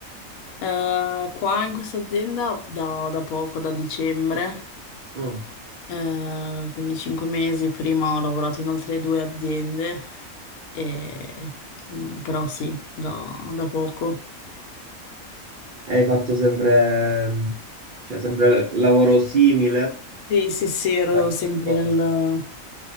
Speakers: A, on the left; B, on the right.
A: Eh, qua in questa azienda da, da poco, da dicembre,
B: Mm.
A: eh, quindi cinque mesi prima ho lavorato in altre due aziende, e- mm, però sì, da, da poco.
B: E Hai fatto sempre, cioè, sempre lavoro simile
A: Sì, sì, sì, ero
B: a questa
A: sempre
B: cosa?
A: nel,